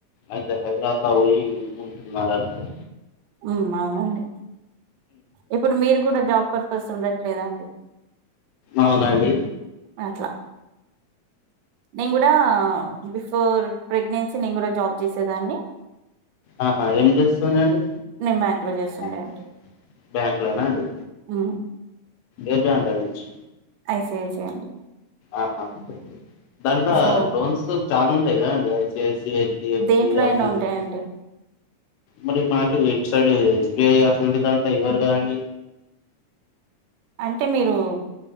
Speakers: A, on the left; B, on the right.
A: అయితే హైదరాబాద్ లో పోయి ఉంటున్నారనమాట
B: ఉ అవునండి ఇప్పుడు మీరు గుడా జాబ్ పర్పస్ ఉండట్లేదా అండి
A: అవునండి
B: అట్లా నేను గూడా ఆ బిఫోర్ ప్రెగ్నెన్సీ నేను కూడా జాబ్ చేసేదాన్ని
A: ఆహా ఏం చేస్తుండండి
B: నేను బ్యాంక్ లో చేస్తుండే
A: బ్యాంక్ లో చేస్తాడు బ్యాంక్ లోనా అండి
B: ఉ
A: ఏ బ్యాంక నుంచి
B: ఐసిఐసిఐ అండి
A: ఆహా దాంట్లో
B: సో
A: లోన్స్ చానా ఉంటాయి కదండి ఐసిఐసిఐ టి ఫ్
B: దేంట్లో
A: సి అసోంటిది
B: అయినా ఉంటాయండి
A: మరి మాకి ఇట్ సైడ్ ఎస్బిఐ అసొంటి దాంట్ల ఎవ్వరుగా అండి
B: అంటే మీరు